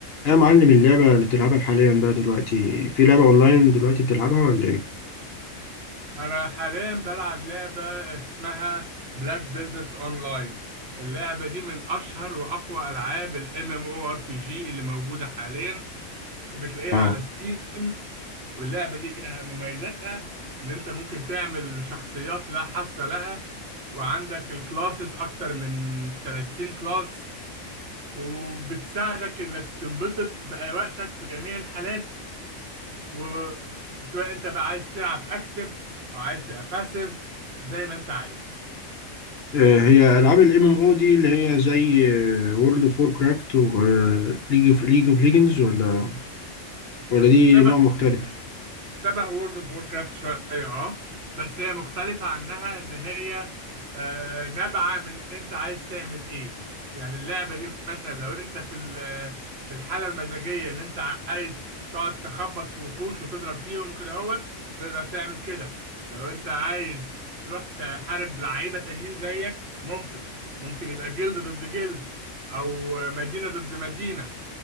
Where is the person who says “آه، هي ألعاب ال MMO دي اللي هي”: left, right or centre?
Left